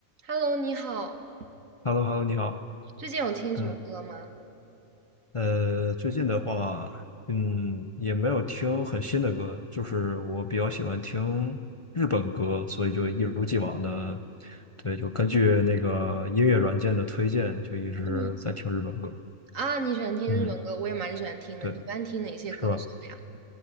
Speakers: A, on the right (about 70°); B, on the left (about 35°).
A: Hello，你好，
B: h e l l o h e l l o 你好。
A: 最近有听什么歌吗？
B: 嗯，呃，最近的话，嗯，也没有听很新的歌，就是我比较喜欢听日本歌，所以就一如既往的，对，就根据那个音乐软件的推荐，就一直在听日本歌。
A: 嗯，啊，你喜欢听日文歌，
B: 嗯，
A: 我也蛮喜欢听的。
B: 对，
A: 你一般听哪些歌手呀？
B: 是吧？